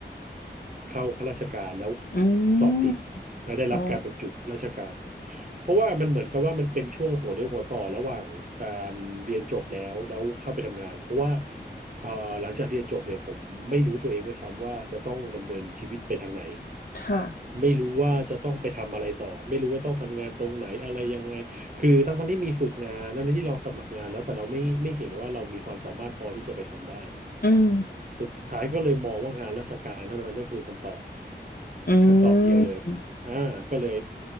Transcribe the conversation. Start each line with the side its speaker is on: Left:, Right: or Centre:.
Right: เข้าข้าราชการแล้ว
Left: อื
Right: สอบติดแล้วได้รับการบรรจุราชการ
Left: มอ๋อ
Right: เพราะว่ามันเหมือนกับว่ามันเป็นช่วงหัวเรี่ยวหัวต่อระหว่างการเรียนจบแล้วแล้วเข้าไปทำงานเพราะว่าเอ่อหลังจากเรียนจบเนี่ยผมไม่รู้ตัวเองด้วยซ้ำว่าจะต้องดำเนินชีวิตไปทางไหน
Left: ค่ะ
Right: ไม่รู้ว่าจะต้องไปทำอะไรต่อไม่รู้ว่าต้องทำงานตรงไหนอะไรยังไงคือทั้งทั้งที่มีฝึกงานทั้งที่เราสมัครงานแล้วแต่เราไม่ไม่เห็นว่าเรามีความสามารถพอที่จะไปทำได้
Left: อืม
Right: สุดท้ายก็เลยมองว่างานราชการเท่านั้นนั่นคือคำตอบ
Left: อื
Right: คำตอบเดียวเลย
Left: ม
Right: อ่าก็เลย